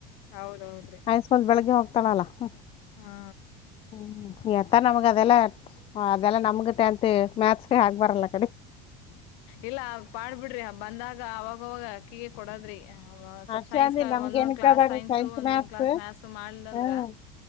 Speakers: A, on the left; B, on the left.
A: ಹೌದೌದ್ರಿ
B: ಹೈ ಸ್ಕೂಲ್ ಬೆಳಗ್ಗೆ ಹೋಗ್ತಳಲ್ಲ ಹ.
A: ಹಾ
B: ಹ್ಮ್ ಎಳತ್ತ ನಮಗ ಅದೆಲ್ಲ ಅದೆಲ್ಲಾ ನಮಗ ಟೆಂತ್ ಮ್ಯಾಥ್ಸ್ಗೆ ಆಗ್ಬಾರಲ್ಲ ಕಡೆ.
A: ಇಲ್ಲ ಪಾಡ್ಬಿಡ್ರಿ ಬಂದಾಗ ಅವಾಗವಾಗ ಅಕ್ಕೀಗೆ ಕೊಡದ್ರಿ. ಸ್ವಪ್
B: ಅಷ್ಟೇ
A: ಸೈನ್ಸ್ಕ
B: ಅಂದಿ ನಮ್ಗೇನ
A: ಒಂದೊಂದ್ ಕ್ಲಾಸ್
B: ಕೇಳ್ಬ್ಯಾಡ್ರಿ
A: ಸೈನ್ಸ್ ಒಂದೊಂದ್
B: ಮ್ಯಾಥ್ಸ್
A: ಕ್ಲಾಸ್ ಮ್ಯಾತ್ಸ್ ಮಾಡ್ಲಿಲ್ಲ
B: ಹ್ಮ್
A: ಅಂದ್ರ